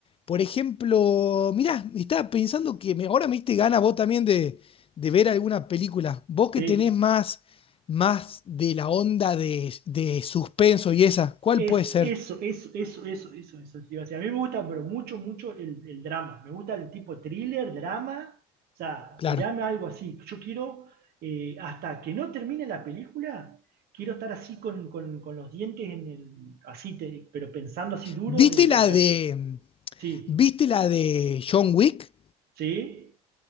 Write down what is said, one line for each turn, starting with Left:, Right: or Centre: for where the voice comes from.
Left: Por ejemplo, mirá, estaba pensando que me- ahora me diste gana vos también de, de ver alguna película. Vos que
Right: sí,
Left: tenés más, más de la onda de, de suspenso y esa, ¿cuál
Right: Es
Left: puede ser?
Right: eso, eso, eso, eso, eso, eso. Digo, o sea, a mí me gusta, pero mucho, mucho el, el drama. Me gusta el tipo thriller, drama. O sea,
Left: Claro.
Right: tirame algo así. Yo quiero, eh, hasta que no termine la película, quiero estar así con, con- con los dientes en el, así, te- pero pensando así duros
Left: ¿Viste
Right: de, de
Left: la
Right: que-
Left: de,
Right: sí,
Left: viste la de John Wick?
Right: sí,